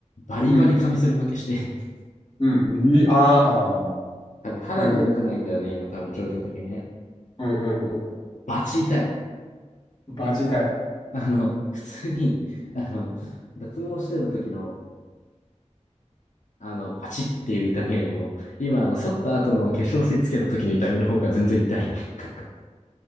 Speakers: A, on the left; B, on the left.
A: バリバリカミソリ負けして、
B: うん。
A: <laughs>
B: うん。いい、あーあー。
A: 多分肌が良くないんだよね、
B: うん。
A: 今多分状況的にね。
B: うんうんうん。
A: バチ痛い。
B: バジだい。
A: あの、普通に、あの、脱毛してた時の、あの、バチっていう痛みよりも、今、あの、剃った後の化粧水つけた時の痛みの方が全然痛い。<laughs>